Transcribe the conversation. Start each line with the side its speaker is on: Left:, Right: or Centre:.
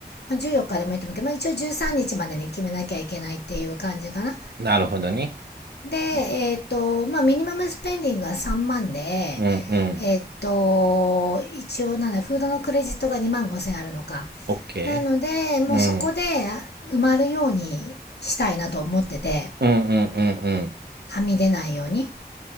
Left: まあ、14日でもいいと思うけど、まあ、一応13日までに決めなきゃいけないっていう感じかな。
Right: なるほどね。
Left: で、えっ、
Right: ね
Left: と、まあ、ミニマムスペンディングが3万で、
Right: うんうん。
Left: えっ、と、一応なんだ、フードのクレジットが2万5千あるのか。
Right: OK。
Left: なので、もうそこで
Right: うん。
Left: 埋まるようにしたいなと思ってて、
Right: うんうんうんうん。
Left: はみ出ないように。